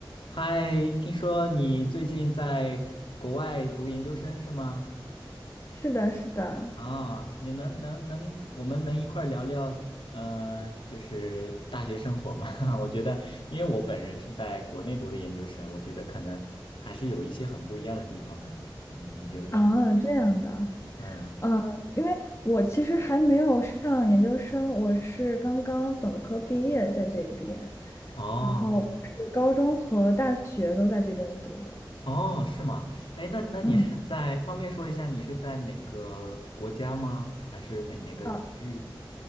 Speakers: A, on the left; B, on the left.
A: 嗨，听说你最近在国外读研究生是吗？
B: 是的，是的，
A: 啊，你能能能，我们能一块儿聊聊，呃，就是大学生活吗？<laughs> 我觉得，因为我本人是在国内读的研究生，我觉得可能还是有一些很不一样的地方的。嗯，你觉得呢？
B: 啊，这样的，
A: 嗯，
B: 呃，因为我其实还没有上研究生，我是刚刚本科毕业在这边，
A: 哦
B: 然后我是高中和大学都在这边读的。
A: 哦，是吗？哎，那那你是在方便说一下，
B: 嗯，
A: 你是在哪个国家吗？还是哪哪个区域？
B: 啊，